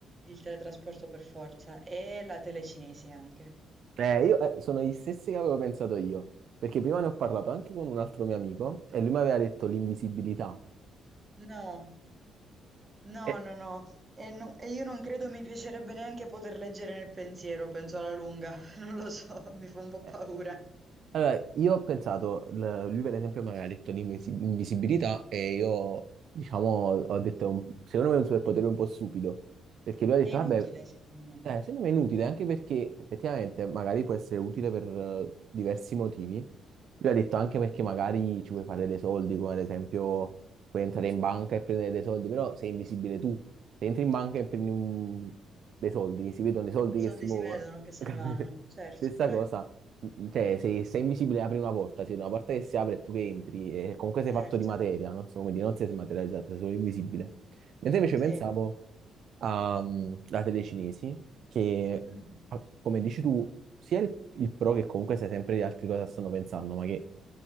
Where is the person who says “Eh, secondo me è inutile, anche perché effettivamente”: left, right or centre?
Right